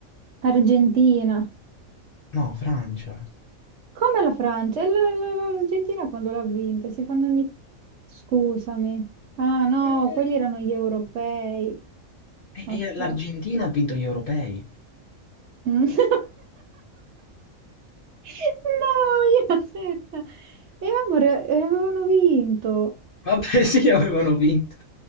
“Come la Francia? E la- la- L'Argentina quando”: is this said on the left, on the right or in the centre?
Right